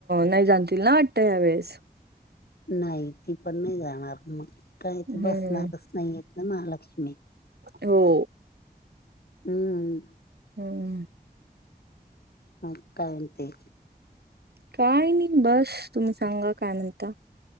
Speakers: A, on the right (about 85°); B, on the left (about 75°).
A: नाही जातीन ना वाटतं या वेळेस
B: नाही ती पण नाही जाणार मग काय
A: हम्म
B: ते बसणारच नाही येत ना महालक्ष्मी
A: हो
B: हम्म
A: हमम
B: म काय ते
A: काय नाही बस तुम्ही सांगा काय नणता